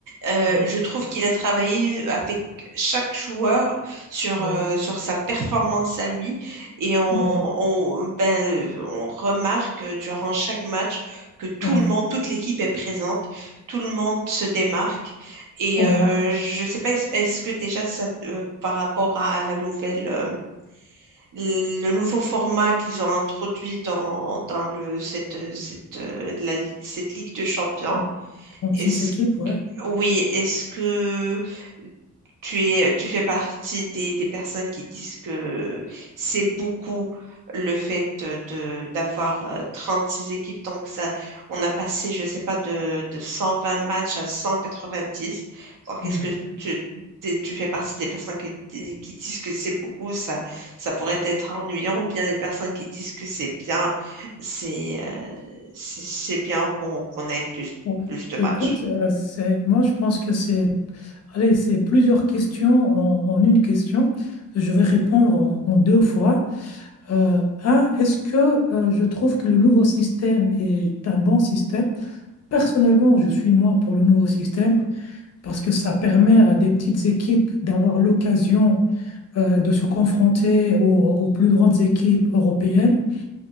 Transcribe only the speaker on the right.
Euh,
je trouve qu'il a travaillé avec chaque joueur sur,
euh, sur sa performance à lui et on, on,
ben, on remarque durant chaque match que tout
le monde, toute l'équipe est présente, tout le monde se démarque et
euh, je sais pas, est-ce est-ce que déjà ça, euh, par rapport à la nouvelle, euh, le nouveau format qu'ils ont introduit dans, dans le, cette, cette, euh, la cette Ligue de Champions,
est-ce
oui, est-ce que tu es, tu fais partie des, des personnes qui disent que c'est beaucoup le fait de, de- d'avoir euh, six équipes, donc ça, on a passé, je sais pas, de, de 120 matchs à 190. Donc,
est-ce que tu, t'es- tu fais partie des personnes qui, di- qui disent que c'est beaucoup, ça, ça pourrait être ennuyant, ou bien des personnes qui disent que c'est bien, c'est euh, c'est c'est bien qu'on qu'on ait plus,
plus de matchs?